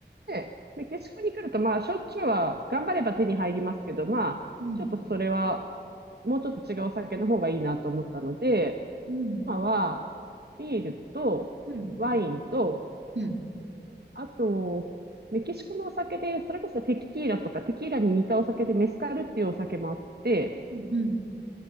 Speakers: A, on the right; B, on the right.
A: で、メキシコに来ると、まあ、焼酎は頑張れば手に入りますけど、まあ、
B: うん。
A: ちょっとそれは、もうちょっと違うお酒の方がいいなと思ったので、
B: うん。
A: 今は、ビールと、
B: うん。
A: ワインと、
B: うん。
A: あと、メキシコのお酒で、それこそテキーラとか、テキーラに似たお酒でメスカルっていうお酒もあって、
B: うんう